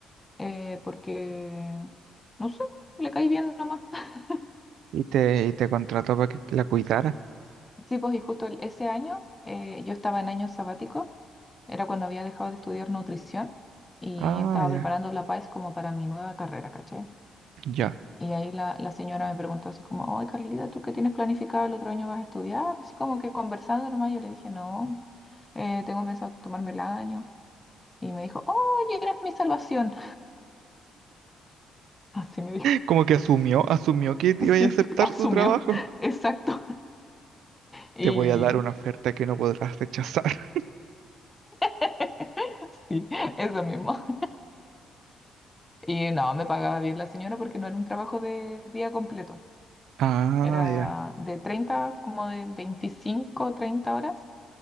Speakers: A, on the left; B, on the right.
A: eh, porque, no sé, le caí bien nomás. <laughs>
B: Y te, y te contrató para que la cuidara.
A: Sí, pues y justo el- ese año eh, yo estaba en año sabático, era cuando había dejado de estudiar nutrición y
B: Ah,
A: estaba
B: ya,
A: preparando la PAES como para mi nueva carrera, ¿cachai?
B: ya.
A: Y ahí la, la señora me preguntó así como, oye Carlita, ¿tú qué tienes planificado el otro año vas a estudiar? Así como que conversando nomás, yo le dije, no, eh, tengo pensado tomarme el año. Y me dijo, oye, eres mi salvación. <laughs> Así me dijo.
B: Como que asumió, asumió que te iba
A: Sí,
B: a aceptar
A: asumió,
B: su trabajo.
A: <laughs> exacto. Y
B: Te voy a dar una oferta que no podrás rechazar. <laughs>
A: <laughs> sí, eso mismo. Y no, me pagaba bien la señora porque no era un trabajo de día completo.
B: Ah,
A: Era
B: ya.
A: de treinta como de 25 30 horas.